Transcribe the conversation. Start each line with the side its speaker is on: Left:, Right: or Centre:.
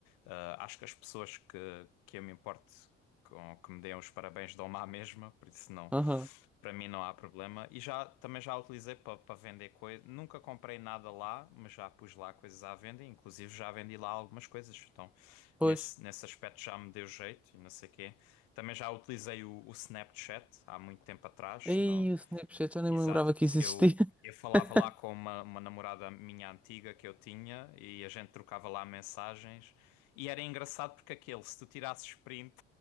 Left: ah, acho que as pessoas que, que eu me importo com, que me deem os parabéns dão-me à mesma, por isso não,
Centre: aham,
Left: para mim não há problema. E já também já utilizei para para vender coisas. Nunca comprei nada lá, mas já pus lá coisas à venda, inclusive já vendi lá algumas coisas. Então,
Centre: pois.
Left: nesse, nesse aspecto já me deu jeito e não sei quê. Também já utilizei o, o Snapchat há muito tempo atrás.
Centre: Aí
Left: Não...
Centre: o Snapchat, eu nem
Left: Exato.
Centre: me lembrava que isso
Left: Eu,
Centre: existia.
Left: eu falava
Centre: <laughs>
Left: lá com uma, uma namorada minha antiga que eu tinha e a gente trocava lá mensagens. E era engraçado porque aquele, se tu tirasses print